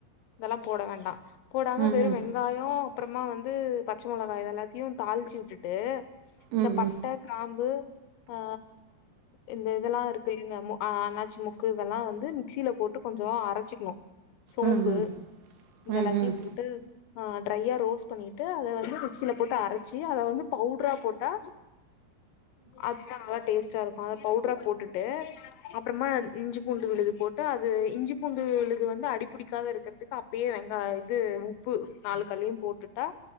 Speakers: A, on the left; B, on the right.
A: இதெல்லா போட வேண்டா போடாம
B: ம்
A: வெறு வெங்காயோ அப்புறமா வந்து பச்ச மொளகா இது எல்லாத்தயு தாளிச்சு விட்டுட்டு இந்த
B: ம்
A: பட்ட
B: ம்
A: க்ராம்பு ஆ இந்த இதெல்லா இருக்கில்லிங்க மு அன்னாச்சி முக்கு இதெல்லா வந்து மிக்சில போட்டு கொஞ்சோ அரச்சுக்கணு சோம்பு
B: ம் ம்
A: இத
B: ம்
A: எல்லாத்தயு
B: ம்
A: போட்டு ஆ ட்ரையா ரோஸ்ட் பண்ணிட்டு அத வந்து மிக்சில போட்டு அரச்சு அத வந்து பவுட்ரா போட்டா அப்னாதா டேஸ்ட்டா இருக்கு அத பவுட்ரா போட்டுட்டு அப்றமா இஞ்சி பூண்டு விழுது போட்டு அது இஞ்சி பூண்டு விழுது வந்து அடிபிடிக்காத இருக்றதுக்கு அப் அப்பயே வெங்காய் இது உப்பு நாலு கல்லயு போட்டுட்டா